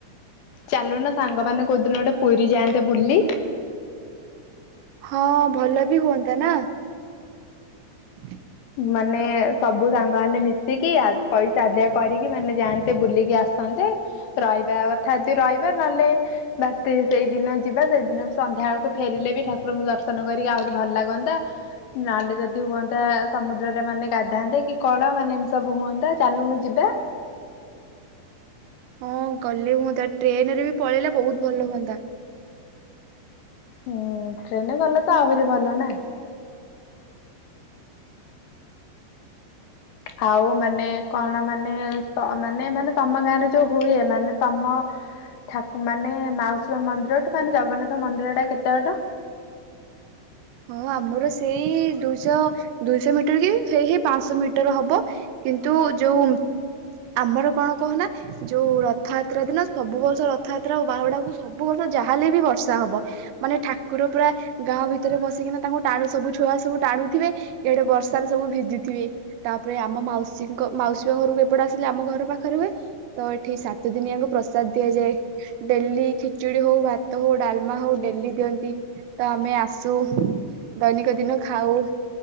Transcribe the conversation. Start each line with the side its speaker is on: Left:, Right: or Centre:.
Left: ଚାଲୁନ ସାଙ୍ଗମାନେ କୋଉଦିନ ଗୋଟେ ପୁରୀ ଯାଆନ୍ତେ ବୁଲି?
Right: ହଁ ଭଲ ବି ହୁଅନ୍ତା ନାଁ? <inaudible>
Left: ମାନେ ସବୁ ସାଙ୍ଗମାନେ ମିଶିକି ଆ ପଇସା ଆଦାୟ କରିକି ମାନେ ଯାଆନ୍ତେ ବୁଲିକି ଆସନ୍ତେ। ରହିବା କଥା ଦି ରହିବ ନହେଲେ ବାସ ସେ ସେଇଦିନ ଯିବା ସେଇଦିନ ବି ସନ୍ଧ୍ୟାବେଳ କୁ ଫେରିଲେ ବି ଠାକୁରଙ୍କୁ ଦର୍ଶନ କରିକି ଆହୁରି ଭଲ ଲାଗନ୍ତା। ନାହେଲେ ଯଦି ହୁଅନ୍ତା। ସମୁଦ୍ରରେ ମାନେ ଗାଧାନ୍ତେ କି କଳ ମାନେ ଏମିତି ସବୁ ହୁଅନ୍ତା ଚାଲୁନୁ ଯିବା।
Right: ହଁ ଗଲେ ହୁଅନ୍ତା ଟ୍ରେନ୍ ରେ ବି ପଳେଇଲେ ବହୁତ ଭଲ ହୁଅନ୍ତା।
Left: ହୁଁ ଟ୍ରେନରେ ଗଲେ ତ ଆହୁରି ଭଲ ନା। ଆଉ ମାନେ କଣ ମାନେ ତ ମାନେ ମାନେ ତମ ଗାଁରେ ଯୋଉ ହୁଏ ମାନେ ତମ ଠାକୁ ମାନେ ମାଉସୀ ମା ମନ୍ଦିରଠୁ ମାନେ ଜଗନ୍ନାଥ ମନ୍ଦିରଟା କେତେ ବାଟ?
Right: ହଁ ଆମର ସେଇ ଦୁଇଶ ଦୁଇଶ ମିଟର କି ହେଇ ହେଇ ପାଁଶ ମିଟର ହବ। କିନ୍ତୁ ଯୋଉ ଆମର କଣ କହୁନା ଯୋଉ ରଥଆତ୍ରା ଦିନ ସବୁ ବର୍ଷ ରଥାତ୍ରା ଆଉ ବାହୁଡ଼ାକୁ ସବୁ ବର୍ଷ ଯାହା ହେଲେ ବି ବର୍ଷା ହବ। ମାନେ ଠାକୁର ପୁରା ଗାଁ ଭିତରେ ପସିକିନା ତାଙ୍କୁ ଟାଣୁ ସବୁ ଛୁଆ ସବୁ ଟାଣୁଥିବେ। ଏଇଡ଼େ ବର୍ଷାରେ ସବୁ ଭିଜିଥିବେ ତାପରେ ଆମ ମାଉସୀଙ୍କ ମାଉସୀ ମା ଘରୁକୁ ଏ ପଟେ ଆସିଲେ ଆମ ଘର ପାଖରେ ହୁଏ ତ ଏଠି ସାତ ଦିନିଆଙ୍କ ପ୍ରସାଦ ଦିଆଯାଏ। ଡେଲି ଖିଚୁଡି ହଉ ଭାତ ହଉ ଡାଲମା ହଉ ଡେଲି ଦିଅନ୍ତି। ତ ଆମେ ଆସୁ ଦୈନିକ ଦିନ ଖାଉ।